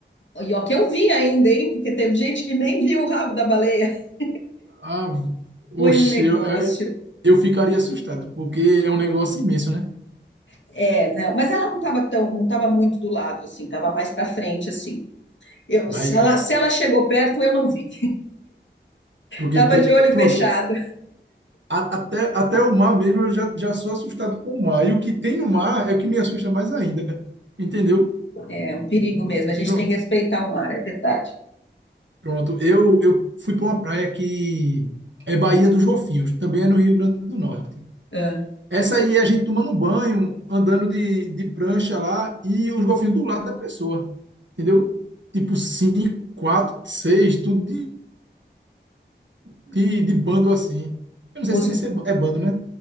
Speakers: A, on the left (about 75°); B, on the right (about 75°).
A: E ó, que eu vi ainda, hein? Porque teve gente que nem viu o rabo da baleia. <laughs>
B: Ah, oxe,
A: Foi um negócio.
B: eu, eu, eu ficaria assustado, porque é um negócio imenso, né?
A: É, não, mas ela não estava tão, não estava muito do lado, assim, estava mais para frente, assim. Eu,
B: Mas,
A: se ela, se ela chegou perto, eu não vi.
B: porque,
A: Tava
B: pe-
A: de olho
B: pronto,
A: fechado.
B: a- até, até o mar mesmo eu já, já sou assustado com o mar. E o que tem no mar é o que me assusta mais ainda, entendeu?
A: É um perigo mesmo. A gente
B: Pro-
A: tem que respeitar o mar, é verdade.
B: Pronto, eu, eu fui para uma praia que é Baía dos Golfinhos, também é no Rio Grande do Norte.
A: Ah,
B: Essa aí é a gente tomando banho, andando de, de prancha lá e os golfinhos do lado da pessoa, entendeu? Tipo cinco, quatro, seis, tudo de, de bando assim. Eu não sei
A: os,
B: se nesse é, ba- é bando, né?